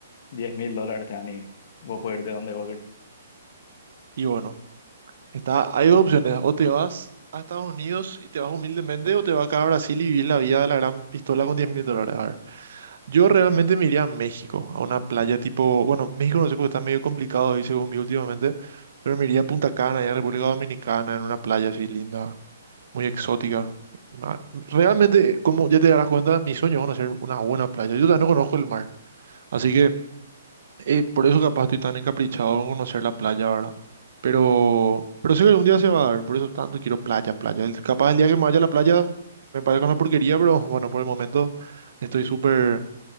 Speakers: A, on the left; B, on the right.
A: diez mil dólares, Dani. Vos podés irte donde vos querés.
B: Y bueno, está, hay dos opciones. O te vas a Estados Unidos y te vas humildemente o te vas acá a Brasil y vivir la vida de la gran pistola con diez mil dólares. A ver, yo realmente me iría a México, a una playa tipo... Bueno, México no sé porque está medio complicado ahí según vi últimamente, pero me iría a Punta Cana, allá en República Dominicana, en una playa así linda, muy exótica. Ma- Realmente, como ya te darás cuenta, mi sueño es conocer una buena playa. Yo todavía no conozco el mar, así que... eh, por eso capaz estoy tan encaprichado con conocer la playa, ¿verdad? Pero, pero sé que algún día se va a dar, por eso tanto quiero playa, playa. El- Capaz el día que me vaya a la playa me parezca una porquería, pero <laughs> bueno, por el momento estoy súper,